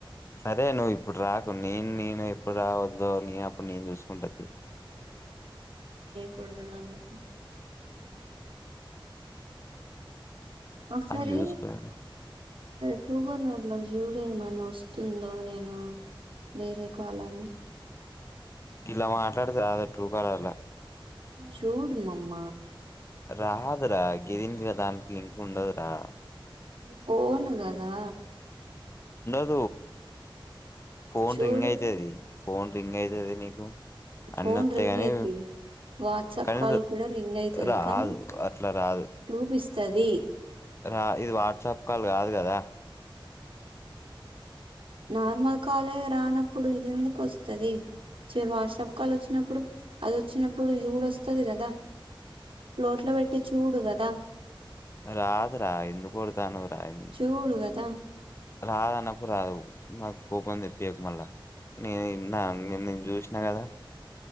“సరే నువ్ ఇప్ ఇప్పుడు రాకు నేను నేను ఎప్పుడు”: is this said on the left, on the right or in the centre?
Left